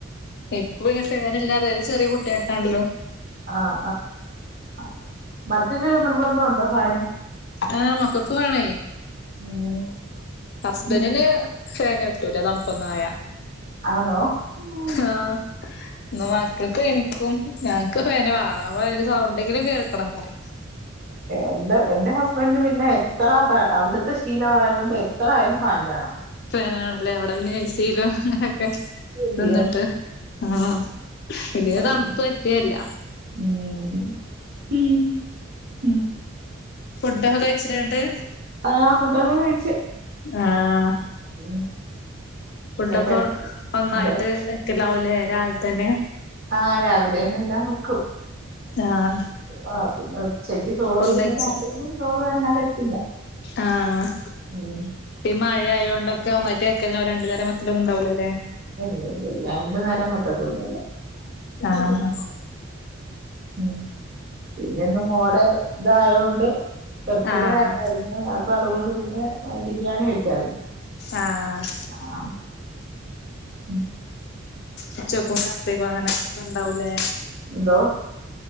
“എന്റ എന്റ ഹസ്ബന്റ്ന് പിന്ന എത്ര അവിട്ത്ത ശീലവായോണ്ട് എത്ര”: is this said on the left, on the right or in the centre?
Right